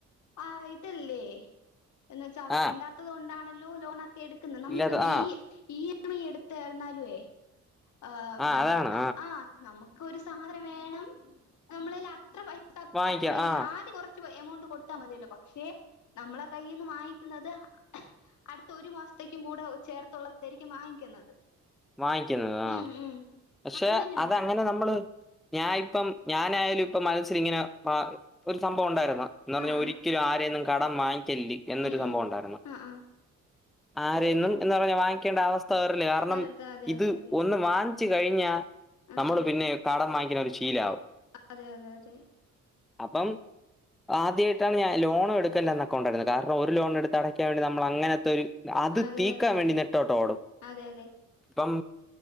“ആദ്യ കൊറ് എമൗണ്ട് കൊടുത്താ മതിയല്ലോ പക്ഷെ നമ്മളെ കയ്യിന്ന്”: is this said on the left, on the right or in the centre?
Left